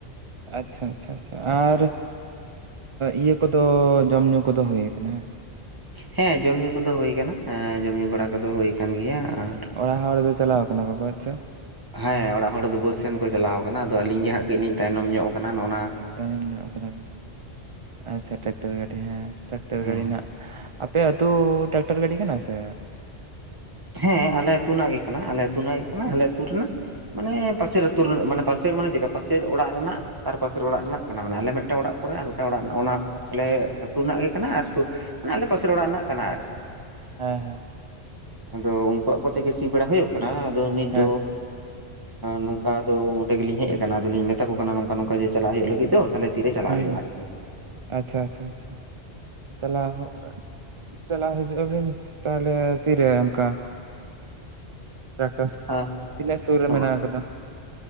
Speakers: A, on the right; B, on the right.
A: ᱟᱪᱪᱷᱟ ᱟᱪᱪᱷᱟ ᱟᱪᱪᱷᱟ ᱟᱨ ᱤᱭᱟᱹ ᱠᱚᱫᱚ ᱡᱚᱢ ᱧᱩ ᱠᱚᱫᱚ ᱦᱩᱭ ᱟᱠᱱᱟ ᱦᱮ᱾
B: ᱦᱮᱸ ᱡᱚᱢ ᱧᱩ ᱠᱚᱫᱚ ᱦᱳᱭ ᱟᱠᱟᱱᱟ ᱦᱮᱸ ᱡᱚᱢ ᱧᱩ ᱵᱟᱲᱟ ᱠᱚᱫᱚ ᱦᱳᱭ ᱟᱠᱟᱱ ᱜᱮᱭᱟ ᱟᱨᱼᱼ
A: ᱚᱲᱟᱜ ᱦᱚᱲ ᱫᱚ ᱪᱟᱞᱟᱣ ᱠᱟᱱᱟ ᱠᱚ ᱵᱟᱹᱫᱽ ᱥᱮᱫ᱾
B: ᱦᱮᱸ ᱚᱲᱟᱜ ᱦᱚᱲ ᱫᱚ ᱵᱟᱹᱫᱽ ᱥᱮᱱ ᱠᱚ ᱪᱟᱞᱟᱣ ᱠᱟᱱᱟ ᱟᱫᱚ ᱟᱹᱞᱤᱧ ᱜᱮ ᱦᱟᱸᱜ ᱠᱟᱹᱡ ᱞᱤᱧ ᱛᱟᱭᱱᱚᱢ ᱧᱚᱸᱜ ᱟᱠᱟᱱᱟ ᱱᱚᱸᱜᱼᱱᱟᱼᱼ
A: ᱛᱟᱭᱚᱢ ᱧᱚᱜ ᱠᱟᱱᱟᱵᱤᱱ ᱟᱪᱪᱷᱟ ᱴᱟᱠᱴᱟᱨ ᱜᱟᱹᱰᱤ ᱦᱮᱸ ᱴᱟᱠᱴᱟᱨ
B: ᱦᱮᱸ
A: ᱜᱟᱹᱰᱤ ᱦᱟᱜᱼᱼ ᱟᱯᱮ ᱟᱹᱛᱩ ᱴᱟᱠᱴᱟᱨ ᱜᱟᱹᱰᱤ ᱠᱟᱱᱟ ᱥᱮᱼᱼ
B: ᱦᱮᱸ ᱟᱞᱮ ᱟᱹᱛᱩ ᱨᱮᱱᱟᱜ ᱜᱮ ᱠᱟᱱᱟ ᱟᱞᱮ ᱟᱹᱛᱩ ᱨᱮᱱᱟᱜ ᱜᱮ ᱠᱟᱱᱟ
A: ᱦᱩᱸ
B: ᱟᱞᱮ ᱟᱹᱛᱩ ᱨᱮᱱᱟᱜ᱾ ᱢᱟᱱᱮ ᱯᱟᱥᱮᱨ
A: ᱦᱩᱸ
B: ᱟᱹᱛᱩ ᱨᱮᱱᱟᱜ ᱢᱟᱱᱮ ᱯᱟᱥᱮᱨ ᱢᱟᱱᱮ ᱪᱮᱫᱠᱟ ᱯᱟᱥᱮᱨ ᱚᱲᱟᱜ ᱨᱮᱱᱟᱜᱼᱼ ᱛᱟᱨ ᱯᱟᱥᱮᱨ ᱚᱲᱟᱜ ᱨᱮᱱᱟᱜ ᱠᱟᱱᱟ ᱢᱟᱱᱮ ᱟᱞᱮ ᱢᱤᱫᱴᱟᱝ ᱚᱲᱟᱜ ᱯᱚᱨᱮ ᱟᱨ ᱢᱤᱫᱴᱟᱝ ᱚᱲᱟᱜ ᱢᱮᱱᱟᱜ ᱟ ᱚᱱᱟ ᱟᱞᱮ ᱥᱩᱨ ᱨᱮᱱᱟᱜ ᱜᱮ ᱠᱟᱱᱟ ᱟᱨ ᱢᱟᱱᱮ ᱟᱞᱮ ᱯᱟᱥᱮᱨ ᱚᱲᱟᱜ ᱨᱮᱱᱟᱜ ᱠᱟᱱᱟ ᱟᱨᱠᱤ ᱾
A: ᱦᱮᱸ ᱦᱮᱸ ᱾
B: ᱟᱫᱚ ᱩᱱᱠᱩᱣᱟᱜ ᱠᱚᱛᱮ ᱜᱮ ᱥᱤ ᱵᱟᱲᱟ ᱦᱩᱭᱩᱜ ᱠᱟᱱᱟ ᱟᱫᱚ ᱱᱤᱛ
A: ᱦᱮᱸ
B: ᱫᱚ ᱱᱚᱝᱠᱟ ᱟᱫᱚ ᱚᱸᱰᱮ ᱜᱮᱞᱤᱧ ᱦᱮᱡ ᱠᱟᱱᱟ ᱟᱫᱚ ᱞᱤᱧ ᱢᱮᱛᱟ ᱠᱟᱱᱟ ᱱᱚᱝᱠᱟ ᱱᱚᱝᱠᱟ ᱡᱮ ᱪᱟᱞᱟᱜ ᱦᱩᱭᱩᱜ ᱞᱟᱹᱜᱤᱫ ᱫᱚ ᱾ ᱛᱟᱞᱦᱮ ᱛᱤᱨᱮ ᱪᱟᱞᱟᱜ
A: ᱦᱩᱸ
B: ᱦᱩᱭᱩᱜᱼᱟ
A: ᱦᱩᱸ
B: ᱟᱨᱠᱤ?
A: ᱟᱪᱪᱷᱟ ᱟᱪᱪᱷᱟ ᱟᱪᱪᱷᱟ ᱾ ᱪᱟᱞᱟᱣ ᱦᱚᱸ ᱪᱟᱞᱟᱣ ᱦᱤᱡᱩᱜ ᱟᱵᱤᱱ ᱛᱟᱦᱚᱞᱮ ᱛᱤᱨᱮ ᱚᱱᱠᱟ ᱾ ᱴᱨᱟᱠᱴᱚᱨ
B: ᱦᱮᱸ
A: ᱛᱤᱱᱟᱹᱜ ᱥᱩᱨ ᱨᱮ
B: ᱱᱚᱣᱟ
A: ᱢᱮᱱᱟᱜ ᱟᱠᱟᱫᱟ?